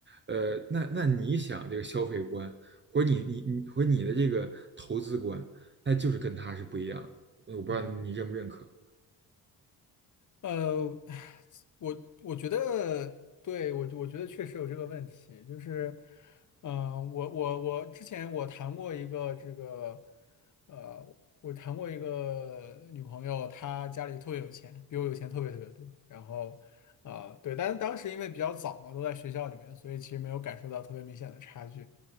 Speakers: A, on the right; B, on the left.
A: 呃，那那你想这个消费观，或者你你你或者你的这个投资观，那就是跟他是不一样的。我不知道你认不认可，
B: 嗯。呃，我我觉得，对，我我觉得确实有这个问题，就是，嗯、我我我之前我谈过一个这个，呃，我谈过一个女朋友，她家里特别有钱，比我有钱特别特别多，然后，啊、对，但是当时因为比较早嘛，都在学校里面，所以其实没有感受到特别明显的差距。